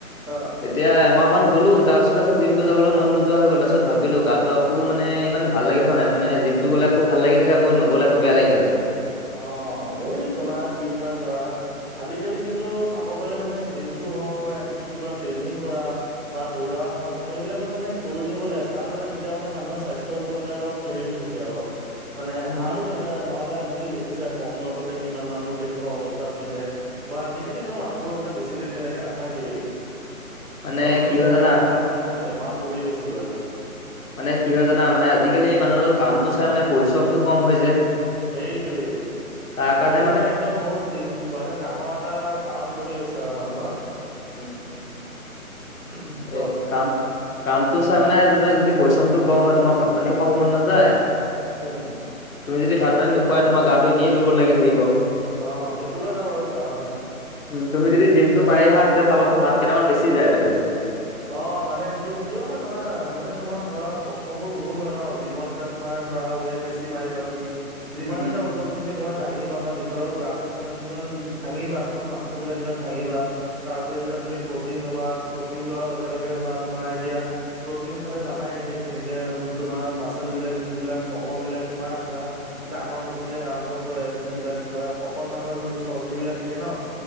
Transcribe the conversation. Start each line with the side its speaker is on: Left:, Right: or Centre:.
Right: অ'।
Left: এতিয়া এমাহমান গ'লো। তাৰ পিছত আকৌ জিমটো যাবলৈ মন নোযোৱা হৈ গ'ল। তাৰ পিছত ভাবিলোঁ গাটো আকৌ। কো মানে, ইমান ভাল লাগি থকা নাই। মানে জিমটো গ'লে আকৌ ভাল লাগি থাকে আকৌ নগ'লে বেয়া লাগি থাকে।
Right: অ', এই তোমাৰ কি হয় ধৰা। আজিকালি কিন্তু চাব গ'লে মানে, জিমটো হওঁক বা এনেকে কিবা ট্ৰেইনিং কৰা। বা দৌৰা হওক, মানে এইবিলাকত মানে কৰি থাকিব লাগে কাৰণ তেতিয়া মানে মানুহৰ স্বাস্থ্যবোৰ মানে অলপ হেৰি হৈ থাকে। অলপ, মানে
Left: উম,
Right: ভাল হৈ থাকে আৰু নহ'লে আজিকালি দে। দেখিছাই কম বয়সতে কিমান মানুহ কেনেকুৱা অৱস্থা হৈ যায়। বা আজিকালি ন মানুহবোৰ মানে বেছি দিন তেনেকে নাথাকেই।
Left: মানে
Right: ধৰাচোন
Left: কি
Right: চব
Left: হয় জানা?
Right: কম বয়সতে মানে বেমাৰত পৰি গৈছেগৈ আৰু।
Left: মানে কি হয় জানা, মানে আজিকালি মানুহৰ কামটো চাই মানে পৰিশ্ৰমটো কম হৈ যে।
Right: সেইটোৱেই,
Left: তাৰ কাৰণে
Right: সেইটো মানে একদম বহুত দিন। মানে ডাঙৰ এটা কাৰণ বনি গৈছে আৰু মানুহৰ।
Left: উম,
Right: উ, কোৱা।
Left: এই কাম, কামটো চাই মানে তোমাৰ যদি পৰিশ্ৰমটো কম হয় তোমাৰ ভাত পানীও খাব মন নাযায়।
Right: উম।
Left: তুমি যদি ভাত পানী নোখোৱাই তোমাৰ গাটো এনেই দুৰ্বল লাগি থাকিব।
Right: অ', সেইটোও এটা বাৰু কাৰণ হয়।
Left: উম, তুমি যদি জিমটো মাৰি আহা তেতিয়া চাবাচোন ভাত কেইটামান বেছি যায় পেটলৈ।
Right: অ', মানে সেইটো কিয় হয় জানা মানে তোমাৰ ধৰা কষ্ট বোৰ বহুত হয় ন' জীৱন। ত' তোমাৰ ধৰা ৱেইট বেছি মাৰিবা তুমি যিমানে
Left: উম,
Right: তোমাৰ ওজন। তুমি ধৰা দাঙিবা বা নিজৰ গাটো তোমাৰ যিমান ভাঙিবা, তোমাৰ মাংস বিলাক যিমান ভাঙিবা। তাৰওপৰি যেতিয়া তুমি প্ৰটিন লবা প্ৰটিন লোৱাৰ লগে লগে ধৰা তোমাৰ এতিয়া। প্ৰটিন খালে জানাই এতিয়া কেনেকে তোমাৰ মাচল বিলাক যোনবিলাক মঙহবিলাক তোমাৰ ধৰা। ডাঙৰ হ'বলৈ আৰম্ভ কৰে যোন বিলাক ধৰা, শকত মানুহৰ যোনটো চৰ্বিবিলাক থাকে ন'।